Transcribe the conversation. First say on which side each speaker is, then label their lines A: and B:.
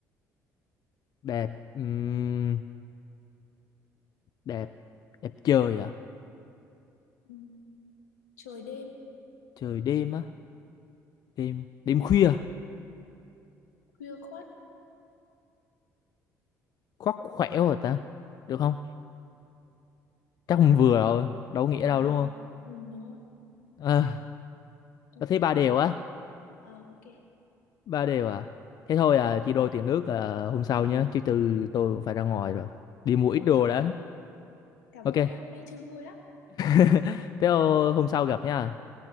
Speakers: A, on the left (about 45°); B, on the left (about 80°).
A: đẹp Ừm, đẹp đẹp trời à
B: ừ. trời đêm
A: trời đêm á đêm đêm khuya
B: khuya khoắt
A: khoác khỏe rồi ta được không chắc không vừa
B: được
A: rồi đâu có nghĩa
B: ờ
A: đâu đúng không
B: ừ, đúng rồi
A: à,
B: ok
A: tôi thấy ba đều á
B: ờ ok
A: ba đều à thế thôi
B: ừ.
A: à chị đôi tiền nước à, hôm sau nhé chứ từ tôi cũng phải ra ngoài rồi đi mua ít đồ
B: ok
A: đã
B: ok cảm
A: ok
B: ơn nha hôm nay chơi vui lắm
A: <laughs> Thế hôm sau gặp nha.